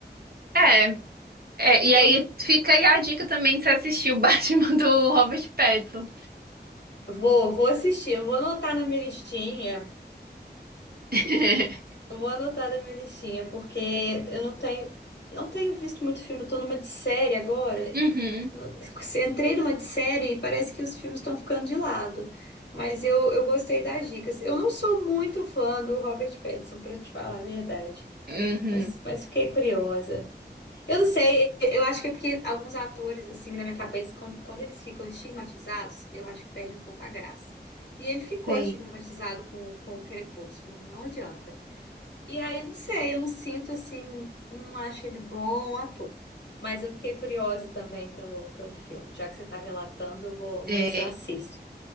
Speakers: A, on the right; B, on the left.
A: É, é, e
B: Eu
A: aí fica aí a dica também de você assistir o <laughs> Batman do Robert Pattinson.
B: vou, vou assistir, eu vou anotar na minha listinha.
A: <laughs>
B: Eu vou anotar da minha listinha, porque eu não tenho, não tenho visto muito filme, eu tô numa de série agora.
A: Uhum,
B: Não- <laughs> Entrei numa de série e parece que os filmes estão ficando de lado. Mas eu, eu gostei das dicas. Eu não sou muito fã do Robert Pattinson, pra te falar a verdade.
A: uhum,
B: Mas, mas fiquei curiosa. Eu não sei, eu acho que é porque alguns atores, assim, na minha cabeça, quando, quando eles ficam estigmatizados, eu acho que perde um pouco a graça. E ele ficou
A: sei.
B: estigmatizado com, com o Crepúsculo, não adianta. E aí, não sei, eu não sinto assim, não acho ele bom ator. Mas eu fiquei curiosa também pelo, pelo filme. Já que você está relatando, eu vou,
A: É,
B: vou ver se eu assisto.